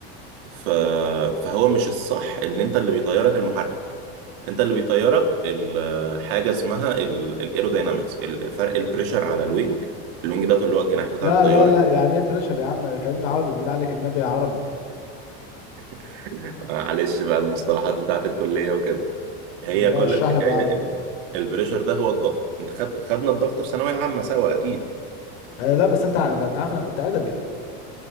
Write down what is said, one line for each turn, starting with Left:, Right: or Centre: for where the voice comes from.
Right: ف... فهو مش الصح ان انت اللي بيطيرك المحرك انت اللي بيطيرك ال- حاجة اسمها ال- الايروداينامكس ال- فرق البريشر على الوينج الوينج ده اللي هو الجناح بتاع
Left: لا
Right: الطيارة
Left: لا لا يعني ايه بريشر يا عم كلمني عربي بالله عليك النبي عربي
Right: <laughs> معلش بقى المصطلحات بتاعت الكلية وكده هي
Left: طب لا
Right: كل
Left: اشرح
Right: الحكايه
Left: لي بالعربي
Right: ان البريشر ده هو الضغط انت خد خدنا الضغط في ثانويه عامه سوا اكيد
Left: آه لا بس انت عن- انت عارف انا كنت ادبي